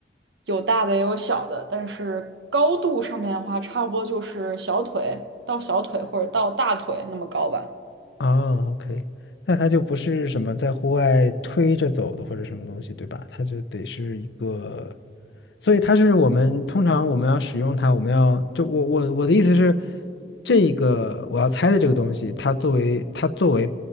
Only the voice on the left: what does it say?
啊，OK，那它就不是什么在户外推着走的或者什么东西，对吧？它就得是一个，所以它是我们通常我们要使用它，我们要就我我我的意思是，这个我要猜的这个东西，它作为它作为